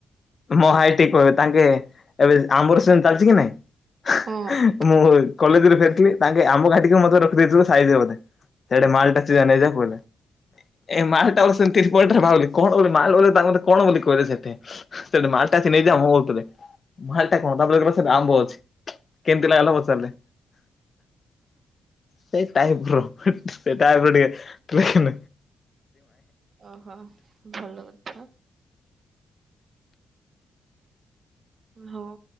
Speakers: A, on the left; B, on the right.
A: ମୋ ହାଇ ଠିକ କହିବେ ତାଙ୍କେ ଏବେ ଆମ୍ବର ସେ ଚାଲିଛି କି ନାଇଁ
B: ହଁ।
A: ମୋଲ କଲେଜରେ ଫେରିଥିଲି ତାଙ୍କେ ଆମ ଘାଟିକୁ ମେ ରଖିଦେଇଥିଲଥିଲେ ସାାରିବ ବୋଧେ ସେଇଟେ ମାଲ ଟାିା ନେଇଯା ବହଲେ ଏ ମାଲ ଟା ବ ସେମିତିନିପଟରେ ମା ବୋଲି କଣ ବୋଲି ମାଲ ବୋଲିୋ ତା କଣ ବୋଲି କହିଲେ ସେଠେ ସେଠି ମାଲଟା ଅଛି ନେଇଯା ମୁ କହୁଥିଲେ ମାଲଟା କଣ ତାପରେ ଗହ ସେଠି ଆମ୍ବ ଅଛି କେମିତି ଲାଗଲା ପଚାରିଲେ ସେଇ ଟାଇପ ର ସେଟା ପଡିିବ ଟ୍ରେନ
B: ଓହୋ ଭଲ କଛ ହଁ